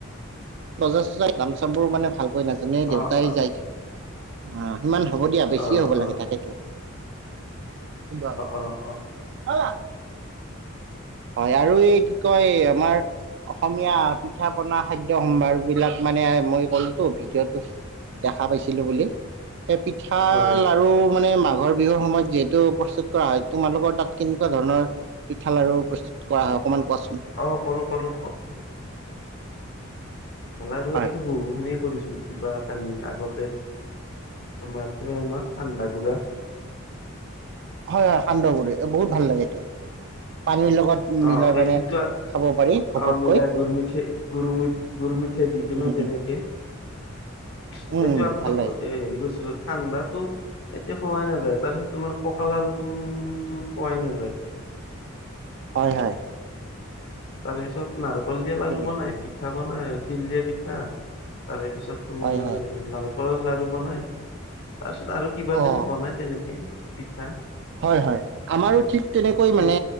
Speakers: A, on the right; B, on the left.
A: বজাৰ-চজাৰ, নাম-চামবোৰ মানে, ভালকৈ নাজানোঁৱে, দেউতাই
B: অ অ
A: যায়। অ'! সিমান হ'ব দিয়া, বেছিয়ে
B: অ
A: হ'ব
B: অ
A: লাগে। তাকেতো! <unintelligible>
B: অ অ অ
A: অ'! হয় আৰু এই, কি কয়? আমাৰ, অসমীয়া পিঠা- পনা খা খাদ্য সম্ভাৰ বিলাক মানে, মই ক'লোতো, ভিডিঅ'টোত দেখা পাইছিলোঁ বুলি। এ, পিঠা
B: হয়
A: লাৰু মানে, মাঘৰ বিহুৰ সময়ত যিহেতু, প্ৰস্তুত কৰা হয়। তোমালোকৰ তাত, কেনেকুৱা ধৰণৰ, পিঠা-লাৰু প্ৰস্তুত কৰা হয়, অকমান কোৱাচোন?
B: অ'! কৰোঁ, কৰোঁ। <unintelligible> আমাৰতো এইটোতো
A: হয়
B: বহু খিনিয়ে কৰিছিলোঁ। কিবা এটা, আগতে, তোমাৰ <unintelligible>
A: হয়, হয়! সান্দহ গুৰি, বহুত ভাল লাগে, সেইটো! পানীৰ লগত
B: অ
A: মিলাই
B: সেইটোতো
A: মানে, খাব পাৰি ঘপককৈ।
B: অ মিলাই গুৰ, মিঠে <unintelligible> গুৰ মিঠে যিকিনো
A: উম
B: তেনেকে,
A: উম
B: সেইটো
A: উম উম
B: আগতে
A: ভাল লাগে
B: সেৰি কৰিছিলোঁ। সান্দহটো, এতিয়া খোৱাই নাযায়। তাৰ পিছত, তোমাৰ পকা লাৰুটো, টো খোৱাই নাযায়।
A: হয়, হয়!
B: তাৰ পিছত, নাৰিকল দিয়া লাৰু
A: ঠিকেই
B: বনাই, পিঠা বনাই, তিল দিয়া পিঠা। তাৰে পিছত, তোমাৰ
A: হয়, হয়!
B: <unintelligible> লাৰু বনাই। তাৰপিছত আৰু কিবা এখিনি
A: অঁ
B: বনাই, তেনেকে পিঠা।
A: হয়, হয়! আমাৰো ঠিক, তেনেকৈ মানে,
B: এই